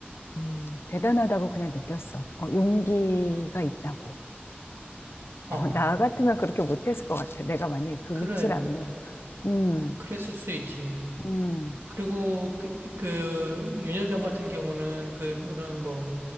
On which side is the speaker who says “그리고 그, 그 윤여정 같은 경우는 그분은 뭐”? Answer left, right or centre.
Right